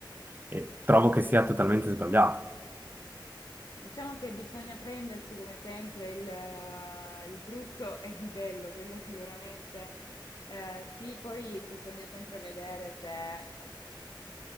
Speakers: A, on the right (about 25°); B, on the left (about 50°).
A: E trovo che sia totalmente sbagliato.
B: Diciamo che bisogna prendersi come sempre il, eh, il brutto e il bello, quello sicuramente eh, sì, poi bisogna sempre vedere se, eh,